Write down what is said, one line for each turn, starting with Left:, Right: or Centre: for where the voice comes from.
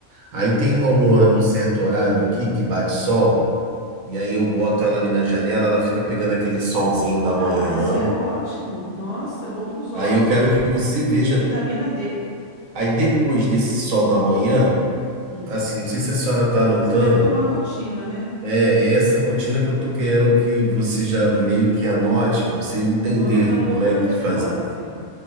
Right: Aí tem um um- um certo horário aqui que bate sol. E aí eu boto ela ali na janela, ela fica pegando aquele solzinho da
Left: Ah,
Right: manhã.
Left: isso é ótimo. Nossa, é bom para os ossos.
Right: Aí eu quero que você veja.
Left: Vitamina D.
Right: Aí depois desse sol da manhã,
Left: Hum.
Right: assim, não sei se a senhora tá anotando,
Left: Você deve ter uma rotina, né?
Right: é, é essa rotina que eu tô querendo que você já meio que anote para você entender
Left: Tô anotando
Right: como
Left: tudo
Right: é
Left: na
Right: que
Left: minha memória,
Right: faz.
Left: senhor.